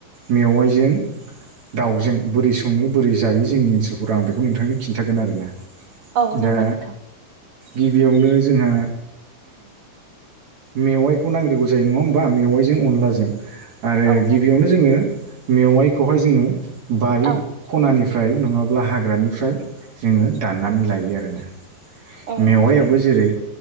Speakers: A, on the right (about 50°); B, on the right (about 90°).
A: मेवाइजों। दाउजों बोरै सङो बोरै जायो जोंनि ओनसोलफोराव आं बेखौ नोंथांनो खिन्थागोन आरोना।
B: औ
A: दा
B: नंगौ नंथां।
A: गिबियावनो जोंहा मेवाइखौ नांग्रोगौ जायो नङा होमबा मेवाइजों अनलाजों आरो
B: औ
A: गिबियावनो
B: नों
A: जोङो मेवाइखौहाय जोङो बारि
B: औ
A: खनानिफ्राय नङाब्ला हाग्रानिफ्राय जोङो दाननानै
B: औ
A: लायो आरोना।
B: औ
A: मेवायाबो
B: नंगौ नोंथां
A: जेरै